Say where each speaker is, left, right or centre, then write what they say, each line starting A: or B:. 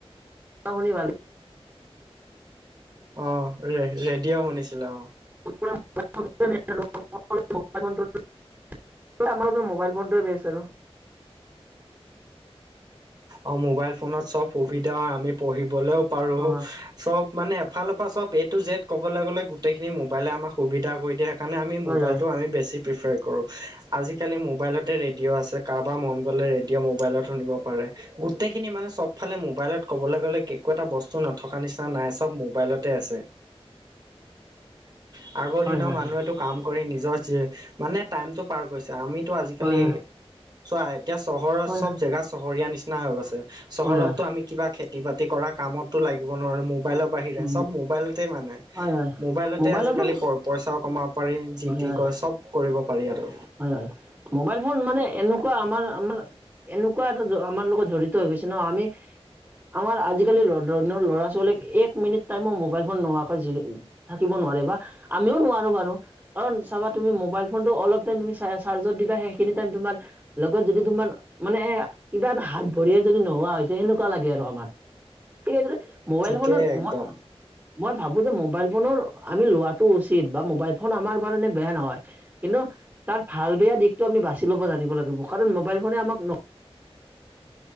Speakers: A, on the right (about 25°); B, on the right (about 40°).
A: <unintelligible>
B: অ ৰে ৰেডিঅ' শুনিছিলে অ
A: <unintelligible> আমাৰ ত মোবাইল ফোনটোৱে বেছ আৰু।
B: অ' মোবাইল ফোনত চ'ব সুবিধা হয়, আমি পঢ়িবলৈও পাৰো
A: অ
B: চ'ব মানে। এফালৰ পৰা চ'ব এ টো জেদ ক'বলৈ গ'লে গোটেই মোবাইলে আমক সুবিধ কৰি দিয়ে। সেই কাৰণে আমি
A: হয়
B: মোবাইলটো
A: হয়
B: আম বেছি। প্ৰিফাৰ কৰোঁ, আজিকালি মোবাইলতে ৰেডিঅ' আছে কাৰোবাৰ মন গ'লে ৰেডিঅ' মোবাইলত শুনিব পাৰে। গোটেইখিনি মানুহ চব ফালে মোবাইলত ক'বলৈ গ'লে একো এটা বস্তু নথকা নিচিনা নাই চব মোবাইলতে আছে <inaudible> আগৰ
A: হয়
B: দিনৰ
A: হয়
B: মানুহটো
A: হয়
B: কাম কৰি নিজৰ যি মানে টাইম টো পাৰ কৰিছে। আমিতো আজিকালি,
A: হয়
B: চোৱা এতিয়া চহৰৰ
A: হয়
B: চব জেগা চহৰীয়া নিচিনা হৈ গৈছে। চহৰতটো
A: হয় হয়
B: আমি কিবা খেতি বাতি কৰা কামতো লাগিব নোৱাৰো মো মোবাইলৰ বাহিৰে
A: অ
B: সব মোবাইলতে মানে
A: হয় হয়
B: মোবাইলতে
A: মোবাইলত
B: আজিকালি
A: আৰু
B: প পইচাও কমাব পাৰি জিতি
A: হয় হয়
B: কি কয় সব কৰিব পাৰি আৰু
A: হয় হয় মোবাইল ফোন মানে এনেকুৱা আমাৰ আমাৰ এনেকুৱা এটা আমাৰ লগত জড়িত হৈ হৈছে ন আমি আমাৰ আজিকালি <unintelligible> ল'ৰা ছোৱালীক এক মিনিট টাইমো মোবাইল ফোন নোহোৱাকৈ থাকিব নোৱা নোৱাৰে বা আমিওঁ নোৱাৰো বাৰু, কাৰণ চাবা তুমি মোবাইল ফোনটো অলপ <unintelligible> সেই তমাৰ লগত যদি তমাৰ মানে কিবা এটা হাত ভৰিএ যদি নোৱাৱা হৈছে সেমেকুৱা লাগে আৰু আমাৰ। এতিয়া তোমাৰ মোবাইল
B: ঠিকেই
A: ফোনট <unintelligible>
B: একদম
A: মই ভাবো যে মোবাইল ফোনৰ আমি লোৱাটো উচিত বা মোবাইল ফোন আমাৰ কাৰণে বেয়া নহয়, কিন্তু তাৰ ভাল বেয়া দিশটো আমি বাচি ল'ব জানিব লাগিব, কাৰণ মোবাইল ফোনে আমাক ন